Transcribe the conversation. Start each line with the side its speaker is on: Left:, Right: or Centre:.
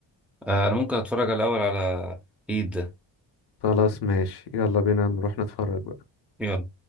Centre: آه، انا ممكن اتفرج الاول على هيت ده
Left: خلاص ماشي يلا بينا نروح نتفرج بقى
Centre: يلا